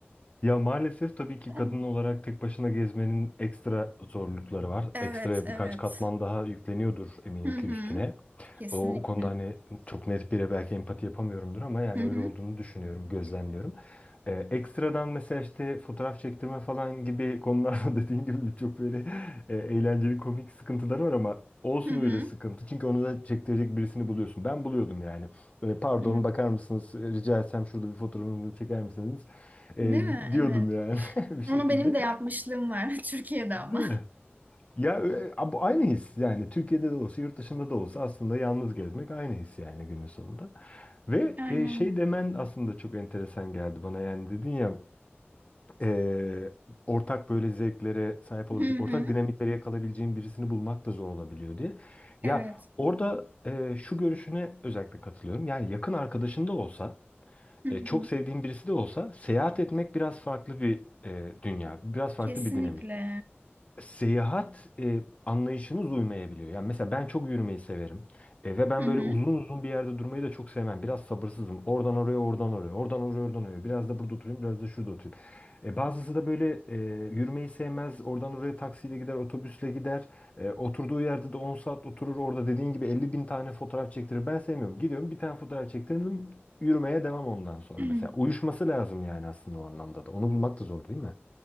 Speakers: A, on the left; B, on the right.
A: Ya maalesef tabii ki
B: <laughs>
A: kadın olarak tek başına gezmenin ekstra zorlukları var.
B: Evet,
A: Ekstra
B: evet.
A: birkaç katman daha yükleniyordur eminim
B: Hı hı.
A: ki üstüne.
B: Kesinlikle.
A: O, o konuda hani çok net bire belki empati yapamıyorumdur ama yani
B: Hı hı.
A: öyle olduğunu düşünüyorum, gözlemliyorum. Ee, ekstradan mesela işte fotoğraf çektirme falan gibi konularda <laughs> dediğin gibi birçok böyle e, eğlenceli komik sıkıntılar var ama olsun
B: Hı hı.
A: öyle sıkıntı. Çünkü onu da çektirecek birisini buluyorsun. Ben buluyordum yani. Böyle, pardon
B: Hı.
A: bakar mısınız E, rica etsem şurada bir fotoğrafımı çeker misiniz? E,
B: Değil mi?
A: diyordum
B: Evet.
A: yani <laughs> bir şekilde.
B: Onu benim de yapmışlığım var <laughs> Türkiye'de
A: Değil
B: ama.
A: mi? Ya ö- a- bu aynı his yani Türkiye'de de olsa yurt dışında da olsa aslında yalnız gezmek aynı his yani günün sonunda. Ve
B: Aynen.
A: e, şey demen aslında çok enteresan geldi bana yani dedin ya e, ortak böyle zevklere sahip olabilecek,
B: Hı hı.
A: ortak dinamikleri yakalayabileceğin birisini bulmak da zor olabiliyor diye.
B: Evet.
A: Ya orada e, şu görüşüne özellikle katılıyorum yani yakın arkadaşın da olsa
B: Hı
A: e, çok
B: hı,
A: sevdiğin birisi de olsa seyahat etmek biraz farklı bir e, dünya, biraz farklı
B: Kesinlikle.
A: bir dinamik. Seyahat e, anlayışınız uymayabiliyor. Yani mesela ben çok yürümeyi severim. E, ve ben
B: Hı hı.
A: böyle uzun uzun bir yerde durmayı da çok sevmem. Biraz sabırsızım. Oradan oraya, oradan oraya, oradan oraya, oradan oraya. Biraz da burada oturayım, biraz da şurada oturayım. E, bazısı da böyle e, yürümeyi sevmez. Oradan oraya taksiyle gider, otobüsle gider. E, oturduğu yerde de 10 saat oturur. Orada dediğin gibi elli bin tane fotoğraf çektirir. Ben sevmiyorum. Gidiyorum bir tane fotoğraf çektirdim. Yürümeye devam ondan sonra.
B: <clears throat>
A: Mesela uyuşması lazım yani aslında o anlamda da. Onu bulmak da zor değil mi?